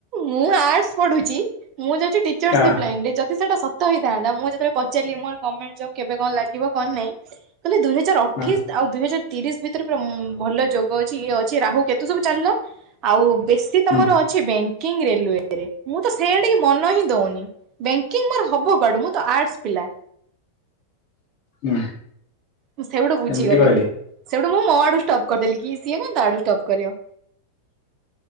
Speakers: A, on the right (about 40°); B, on the left (about 45°).
A: ମୁଁ ଆର୍ଟ ପଢୁଚି ମୁଁ ଯାଉଚି ଟିଚରସିପ
B: ହଁ
A: ଲାଇନ ରେ ଯଦି ସେଟା ଶ ତ ହେଇଥାନ୍ତା ମୁଁ ଯେତେବେଳେ ପଚାରଲି ମୋର ଗଭର୍ଣ୍ଣମେଣ୍ଟ ଜବ କେବେ କଣ ଲାଗିବ କଣ ନାହିଁ କହିଲେ ଦୁଇ ହଜାର ଅଠେଇଶ
B: ହଁ
A: ଆଉ ଦୁଇ ହଜାର ତିରିଶ ଭିତରେ ପୁରା ଭଲ ଯୋଗ ଅଛି ଇଏ ଅଛି ରାହୁ କେତୁ ସବୁ ଚାଲିଲା। ଆଉ ବେଶୀ ତମର
B: ହୁଁ
A: ଅଛି ବ୍ୟାଙ୍କିଙ୍ଗ ରେଲୱରେ ମୁଁ ତ ସେଇଆଡି କି ମନ ହିଁ ଦୋଉନି। ବେଙ୍କି ମୋର ହବ କୁଆଡୁ ମୁଁ ତ ଆର୍ଟ୍ସ ପିଲା।
B: ହୁଁ।
A: ମୁଁ ସେଇଠୁ ବୁଝିଗଲି
B: ଏମିତି କହିଲେ
A: ମୁଁ ସେଇଠୁ ମୁଁ ମୋ ଆଡୁ ଷ୍ଟପ୍ କରିଦେଲି କି ସିଏ କ ତା ଆଡୁ ଷ୍ଟପ୍ କରିବ।